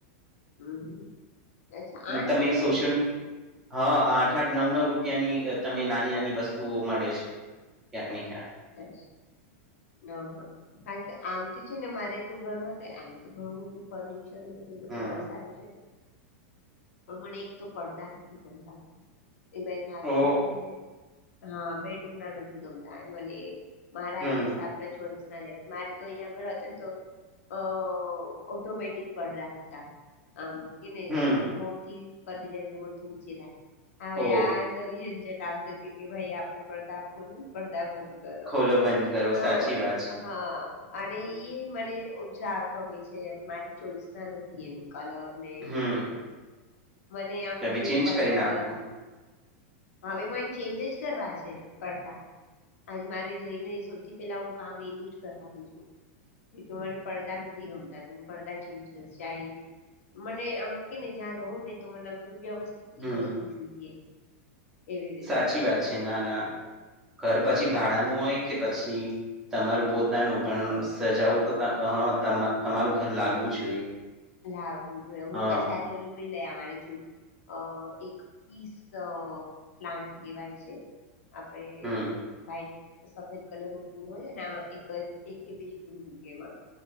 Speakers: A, on the left (about 90°); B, in the centre.
A: હમ અચ્છા આઠ
B: તમે
A: રૂપિયાની
B: સોશિયલ મી હા આઠ આઠ નવ નવ રૂપિયાની તમને નાની નાની વસ્તુઓ મળે છે ક્યાંક ને ક્યાક
A: હ હા કારણ કે આમ તો છે ને મારે તો ઘર માં આમ તો ઘણું બધું ફર્નિચર ને બધું એ લોકો
B: હમ
A: વસાવી છે હ મને એક તો પડદા નથી ગમતા એમાં ખાસ
B: ઓ
A: કરીને હા બેડરૂમ ના નથી ગમતા. મને મારા
B: હમ
A: હિસાબના ચોઈસ ના લેવા તા મારે તો અહીંયા આગળ હતા ને તો. અ ઓટોમેટિક પડદા હતા. આમ કે
B: હમ
A: રિમોટ થી પરથી જ રિમોટથી નીચે થાય હવે
B: ઓ
A: આમ. ઈ એ એક્ઝ્ટ આવ હવે પડદા ખોલ પડદા. બંધ કરો
B: ખોલો બંધ કરો
A: તો
B: સાચી વાત છે
A: હા અને એ મને ઓછા ગમે છે એમ મારી ચોઈસ ના નથી એમ કલર ને
B: હમ
A: એ બધો. મને આમ
B: તમે
A: બ્લુ
B: ચેન્જ
A: કલર.
B: કરી નાખો
A: હવે માઇડ ચેન્જ જ કરવા છે પડદા. આજ મારે જઈને સૌથી પેલા હું કામ એનું જ કરવાની છું. એ મને પડદા નથી ગમતા તું હું પડદા ચેન્જ કરશ ચાઈ મને આમ કેને જ્યાં રહું ને તો મને આમ થોડું વ્યવસ્થિત
B: હમ
A: ઈ વસ્તુ જોઈએ. એવી રીતે
B: સાચી વાત છે ના ના ઘર પછી
A: હમ
B: ભાડાનું હોય કે પછી તમારું પોતે પોતાનું પણ
A: હા
B: સજાવું તો તમારું ઘર લાગવું જોઈએ.
A: લાગુ જોએ હું
B: હા
A: પછી આજે ઓલુ ભાઈ લઈ આવવાની છું. અ એક પીસ પ્લાન્ટ કહેવાય છે. આપડે
B: હમ
A: ભાઈ સફેદ કલર નું ફૂલ હોય ના એક એક કે બીજુ ફૂલ ઊગે એમાં.